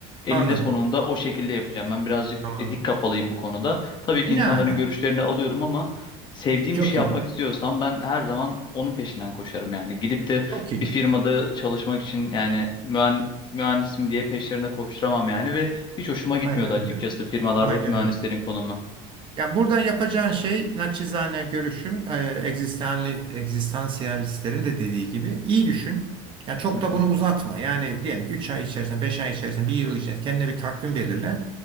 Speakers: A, on the left; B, on the right.
A: elinde
B: anladım.
A: sonunda o şekilde yapacağım. Ben birazcık
B: Tamamdır.
A: e, dik kafalıyım bu konuda. Tabii ki
B: Ne
A: insanların
B: ala.
A: görüşlerini alıyorum ama sevdiğim
B: Çok
A: bir şey yapmak
B: iyi.
A: istiyorsam ben her zaman onun peşinden koşarım yani. Gidip de
B: Çok iyi.
A: bir firmada çalışmak için yani mühen- mühendisim diye peşlerine koşturamam yani ve hiç hoşuma gitmiyordu
B: Aynen
A: açıkçası
B: öyle.
A: firmalardaki
B: Aynen
A: mühendislerin
B: öyle.
A: konumu.
B: Ya buradan yapacağın şey naçizane görüşüm e, egzistanli- egzistansiyalistlerin de dediği gibi iyi düşün. Ya çok
A: Hı
B: da
A: hı.
B: bunu uzatma. Yani diyelim ki 3 ay içerisinde, 5 ay içerisinde, bir yıl içerisinde kendine bir takvim belirle.